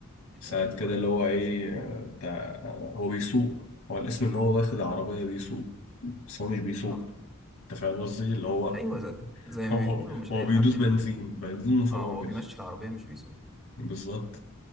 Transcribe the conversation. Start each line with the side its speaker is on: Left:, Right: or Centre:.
Left: ساعات
Centre: أيوه
Left: كده
Centre: أيوه
Left: اللي هو ايه آه، انت آه، هو بيسوق هو الاسم ان هو واخد عربية بيسوق بس هو مش بيسوق
Centre: صح
Left: انت فاهم قصدي اللي هو
Centre: أيوه زي, زي
Left: <laughs>
Centre: ما
Left: هو
Centre: بيقولوا مش
Left: هو
Centre: أي
Left: بيدوس
Centre: حد
Left: بنزين
Centre: بي
Left: بنزين وفرامل
Centre: آه هو بيمشي العربية مش بيسوق
Left: بالظبط